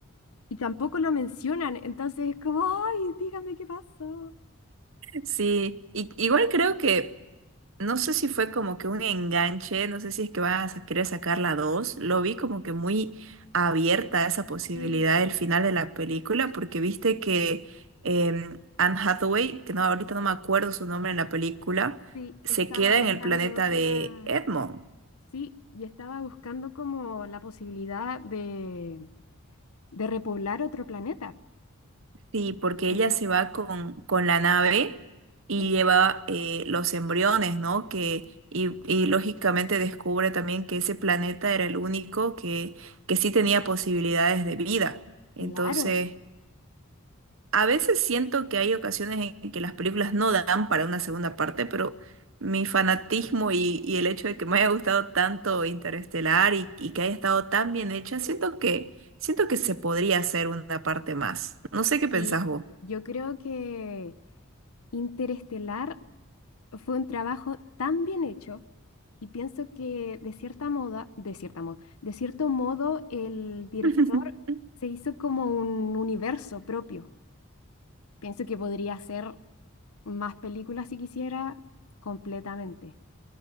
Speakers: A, on the left; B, on the right.
A: Y tampoco lo mencionan, entonces es como, ay, dígame qué pasó.
B: Sí, y, igual creo que No sé si fue como que un enganche, no sé si es que vas a querer sacar la 2. Lo vi como que muy abierta a esa posibilidad
A: Sí,
B: del final de la película, porque viste que em, Anne Hathaway, que no, ahorita no me acuerdo su nombre en la película,
A: sí,
B: se
A: estaba
B: queda
A: buscando
B: en el planeta
A: otra,
B: de Edmond.
A: sí, y estaba buscando como la posibilidad de, de repoblar otro planeta.
B: Sí, porque
A: Entonces,
B: ella se va con, con la nave y
A: exacto,
B: lleva eh, los embriones, ¿no? Que, y, y lógicamente descubre también que ese planeta era el único que, que sí tenía posibilidades de vida. Entonces,
A: claro.
B: a veces siento que hay ocasiones en que las películas no dan para una segunda parte, pero mi fanatismo y, y el hecho de que me haya gustado tanto Interestelar y, y que haya estado tan bien hecha, siento que, siento que se podría hacer una parte más. No sé qué pensás
A: Y
B: vos.
A: yo creo que Interestelar Fue un trabajo tan bien hecho y pienso que de cierta moda, de cierta moda, de cierto modo el director
B: <laughs>
A: se hizo como un universo propio. Pienso que podría hacer más películas si quisiera completamente.